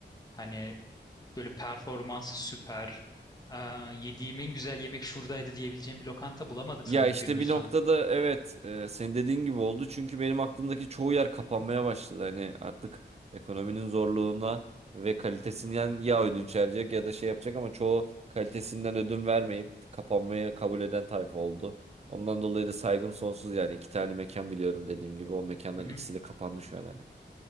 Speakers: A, on the left; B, on the right.
A: Hani böyle performansı süper. Ee, yediğim en güzel yemek şuradaydı diyebileceğim bir lokanta bulamadık
B: Ya
A: sanırım
B: işte
A: günümüzden.
B: bir noktada evet e, senin dediğin gibi oldu. Çünkü benim aklımdaki çoğu yer kapanmaya
A: Hı hı.
B: başladı. Hani artık ekonominin zorluğuna ve kalitesinden ya ödünç verecek ya da şey yapacak ama çoğu kalitesinden ödün vermeyip kapanmayı kabul eden tayfa oldu. Ondan dolayı da saygım sonsuz yani iki tane mekan biliyorum dediğim gibi o mekanların
A: Hı hı.
B: ikisi de kapandı şu an hani.